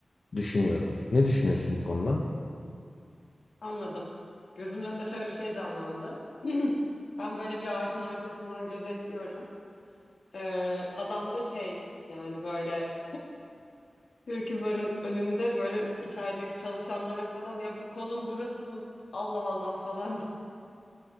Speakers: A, on the left; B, on the left.
A: düşünüyorum. Ne düşünüyorsun bu konuda?
B: anladım. Gözümün önünde şöyle bir şey canlandı. <clears throat> Ben böyle bir ağacın arkasından gözetliyorum. E, adam da şey yani böyle Türkiye Bar'ın önünde böyle içerideki çalışanlara falan ya bu konum burası mı? Allah Allah falan